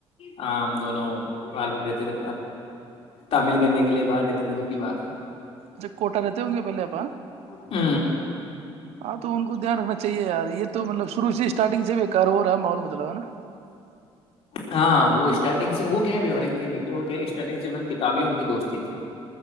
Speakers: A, on the left; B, on the right.
A: ہاں ہم دونوں باررہتے تھے تعمل کرنے کے لیے باہر رہتے تھے جب کی بات ہے
B: چی کوٹا رہتے ہوں گے پہلے آپ
A: ہے
B: ہاں تو ان کو دھیان رکھنا چاہےیار یہ تو تو مطلب شروع سے اسٹارٹنگ سے ب کار ہو رہا ہے ماول مطلب ہے نا
A: ہاں وہ اسٹارٹنگ سے وہ کہ ہرکتے نہیں تے وہ اسٹارٹنگ سے بس کتاب ان کی دوستی تھی